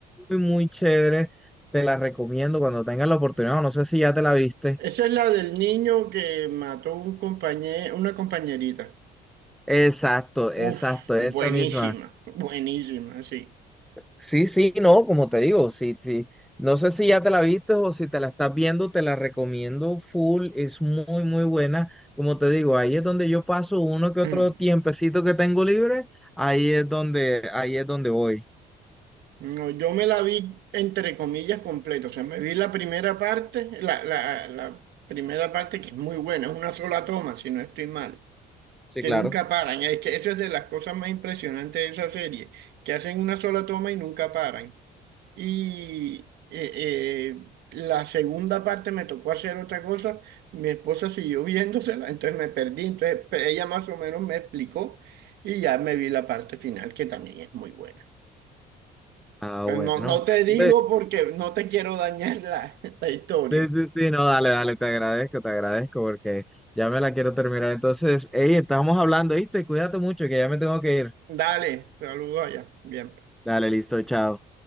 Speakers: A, in the centre; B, on the right.
A: muy, muy chévere. Te la recomiendo cuando tengas la oportunidad. o No sé si ya te la viste.
B: Esa es la del niño que mató un compañero, una compañerita.
A: Exacto, exacto,
B: Uf, buenísima,
A: esa misma.
B: buenísima, sí.
A: Sí, sí, no, como te digo, sí, sí. No sé si ya te la viste o si te la estás viendo, te la recomiendo full. Es muy, muy buena. Como te digo, ahí es donde yo paso uno que otro
B: <clears throat>
A: tiempecito que tengo libre. Ahí es donde, ahí es donde voy.
B: No, yo me la vi entre comillas completa, o sea, me vi la primera parte, la, la, la primera parte que es muy buena, es una sola toma, si no estoy mal,
A: Sí,
B: que
A: claro.
B: nunca paran, es que eso es de las cosas más impresionantes de esa serie, que hacen una sola toma y nunca paran. Y eh, eh, la segunda parte me tocó hacer otra cosa. Mi esposa siguió <laughs> viéndosela, entonces me perdí. Entonces pe- ella más o menos me explicó y ya me vi la parte final, que también es muy buena.
A: Ah,
B: Pero
A: bueno.
B: no, no te digo
A: Hombre,
B: porque no te quiero dañar la, <laughs> la historia.
A: Sí, sí, sí, no, dale, dale, te agradezco, te agradezco porque ya me la quiero terminar. Entonces, hey, estamos hablando, ¿viste? Cuídate mucho que ya me tengo que ir.
B: Dale, saludos allá. Bien.
A: Dale, listo, chao.